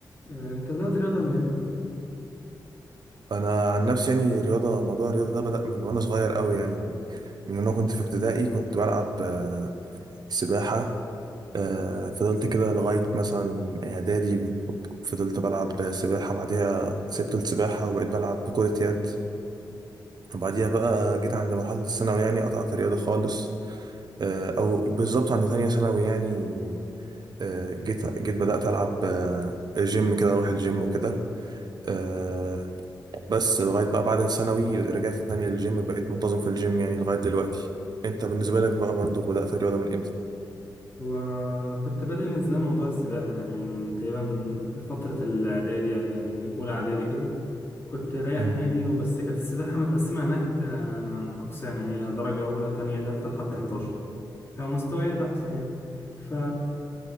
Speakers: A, on the left; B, on the right.
A: آه، انت بدأت رياضة من امتى؟
B: انا عن نفسي يعني رياضه موضوع الرياضه ده بدا من وانا صغير قوي يعني من وانا كنت في ابتدائي كنت بلعب آه، سباحه آه، فضلت كده لغايه مثلا اعدادي فضلت بلعب سباحه بعديها سبت السباحه وبقيت بلعب كره يد وبعديها بقى جيت عند مرحله الثانوي يعني قطعت الرياضه خالص آه، او بالظبط عند ثانيه ثانوي يعني آه، جيت جيت بدات العب آه، جيم كده اروح الجيم وكده آه، بس لغاية بقى بعد الثانوي رجعت تاني للجيم بقيت منتظم في الجيم يعني لغاية دلوقتي انت بالنسبة لك بقى برضو بدأت الرياضة من امتى؟
A: هو انا كنت بادئ من زمان موضوع السباحة يعني من تقريبا من فترة الاعدادي أو يعني اولى اعدادي كده كنت رايح
B: مم.
A: نادي وبس كانت السباحة متقسمة هناك آه، اقسام يعني هي درجة اولى تانية تالتة لحد 11 هي مستويات احسن يعني ف